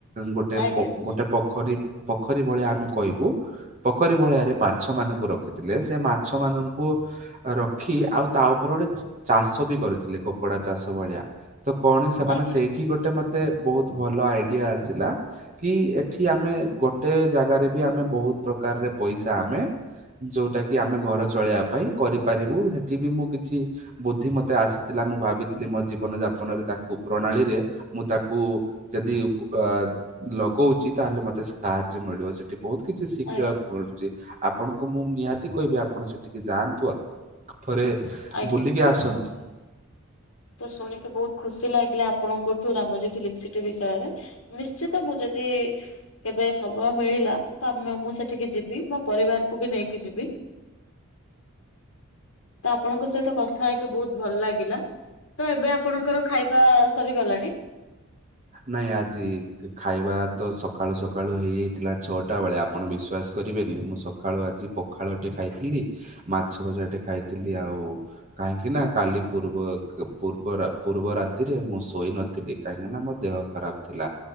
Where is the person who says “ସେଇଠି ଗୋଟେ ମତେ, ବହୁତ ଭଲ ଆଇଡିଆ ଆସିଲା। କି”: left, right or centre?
Right